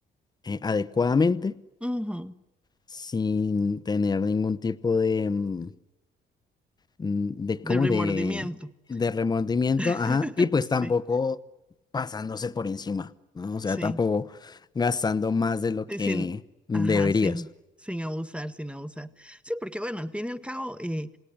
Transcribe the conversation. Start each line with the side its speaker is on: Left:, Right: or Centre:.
Left: eh, adecuadamente,
Centre: Ujú.
Left: sin tener ningún tipo de, mm, mm, de
Centre: De
Left: como
Centre: remordimiento.
Left: de, de remordimiento,
Centre: <laughs>
Left: ajá, y pues
Centre: Sí,
Left: tampoco pasándose por encima, ¿no? O sea,
Centre: sí.
Left: tampoco gastando más de lo que
Centre: Sí, sin,
Left: deberías.
Centre: ajá, sin, sin abusar, sin abusar. Sí, porque bueno, al fin y al cabo eh,